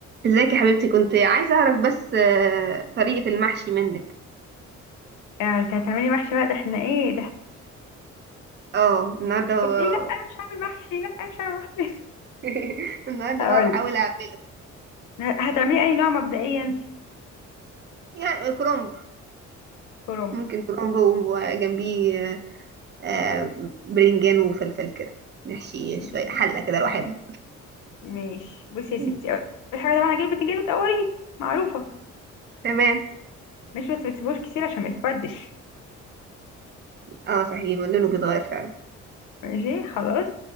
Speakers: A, on the right; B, on the left.
A: ازيك يا حبيبتي كنت عايزة اعرف بس آه، طريقة المحشي منك
B: آه، انت هتعملي محشي بقى ده احنا ايه ده
A: اه النهاردة
B: قلت ايه لا انا مش هعمل محشي لا انا مش هعمل محشي
A: <laughs> النهاردة
B: <laughs> هقولك
A: بقى بحاول اعمله
B: ه- هتعملي اي نوع مبدئيا
A: يعني كرنب
B: كرنب
A: ممكن كرنب وجنبيه آه، آه، برنجان وفلفل كده نحشي
B: م-
A: شوية حلة كده لوحدها
B: ماشي بصي يا
A: مم.
B: ستي اول حاجه طبعا هجيب البتنجان وتقوريه معروفه
A: تمام
B: مش بس ما تسيبوش كتير عشان ما يتبدش
A: اه صحيح لونه بيتغير فعلا
B: ماشي خلاص